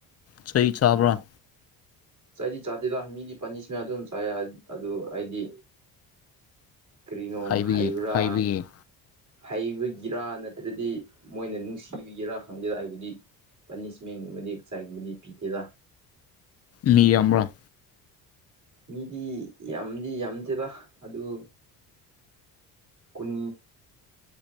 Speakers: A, on the left; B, on the right.
A: ꯆꯩ ꯆꯥꯕ꯭ꯔꯥ
B: ꯆꯥꯏꯗꯤ ꯆꯥꯗꯦꯗ ꯃꯤꯗꯤ ꯄꯥꯅꯤꯁꯃꯦꯟ ꯑꯗꯨꯝ ꯆꯥꯏ ꯑꯗꯨ ꯑꯩꯗꯤ ꯀꯔꯤꯅꯣ
A: ꯍꯥꯏꯕꯒꯤ
B: ꯍꯥꯏꯕ꯭ꯔꯥ
A: ꯍꯥꯏꯕꯒꯤ
B: ꯍꯩꯕꯒꯤꯔꯥ ꯅꯠꯇ꯭ꯔꯗꯤ ꯃꯣꯏꯅ ꯅꯨꯡꯁꯤꯕꯒꯤꯔꯥ ꯈꯪꯗꯦ ꯍꯥꯏꯕꯗꯤ ꯄꯅꯤꯁꯃꯦꯟꯒꯨꯝꯕꯗꯤ ꯆꯩꯒꯨꯝꯕꯗꯤ ꯄꯤꯗꯦꯗꯦ
A: ꯃꯤ ꯌꯥꯝꯕꯔꯣ
B: ꯃꯤꯗꯤ ꯌꯥꯝꯗꯤ ꯌꯥꯝꯗꯦꯗ ꯑꯗꯨ ꯀꯨꯟ